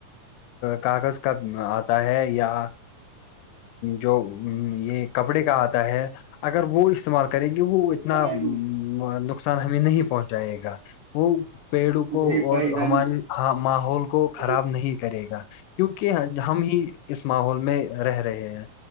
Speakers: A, on the left; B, on the right.
A: کاغذ کا آتا ہے یا جو یہ کپڑے کا آتا ہے اگر وہ اس استعمال کریں گے وہ اتنا
B: کمائیں گے
A: نقصان ہمیں نہیں پہنچائے گا وہ پیڑوں کو
B: جی بھائی
A: اور
B: جان
A: ہماری ماحول کو خراب
B: جی
A: نہیں کرے گا کیونکہ ہم ہی اس ماحول میں رہ رہے ہیں